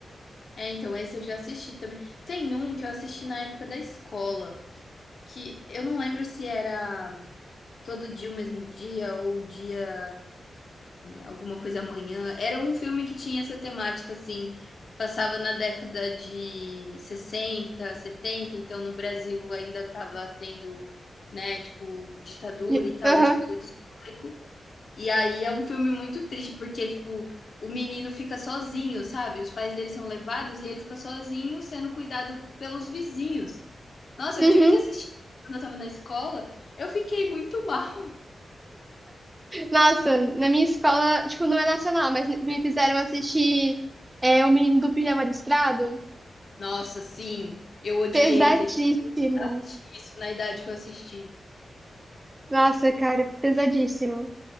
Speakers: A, on the left (about 55°); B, on the right (about 15°).
A: É, então, esse eu já assisti também. Tem um que eu assisti na época da escola, que eu não lembro se era todo dia o mesmo dia ou dia Alguma Coisa Amanhã. Era um filme que tinha essa temática, assim, passava na década de 60 setenta então no Brasil ainda estava tendo, né, tipo, ditadura
B: E-
A: e tal,
B: Aham.
A: esse período histórico. E aí é um filme muito triste, porque, tipo, o menino fica sozinho, sabe? Os pais dele são levados e ele fica sozinho, sendo cuidado pelos vizinhos. Nossa,
B: Uhum.
A: eu tive que assistir quando eu tava na escola, eu fiquei muito mal.
B: Nossa, na minha escola, tipo, não é nacional, mas me fizeram assistir é, O Menino do Pijama Listrado.
A: Nossa, sim, eu odiei
B: Pesadíssimo.
A: ter assisti isso na idade que eu assisti.
B: Nossa, cara, pesadíssimo.